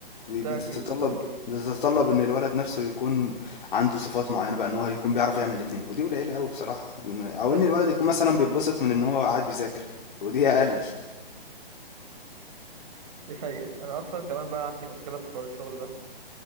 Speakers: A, on the left (about 55°); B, on the right (about 40°).
A: بي-
B: ده
A: بتتطلب
B: اكيد ده اكيد
A: بتتطلب ان الولد نفسه يكون عنده صفات معينه بقى ان هو يكون بيعرف يعمل الاتنين ودي قليله قوي بصراحه إن- او
B: ايوه
A: ان الولد يكون مثلا بيتبسط من ان هو قاعد بيذاكر ودي اقل
B: دي حقيقة انا اصلا كمان بقى عندي مشكلة في حوار الشغل ده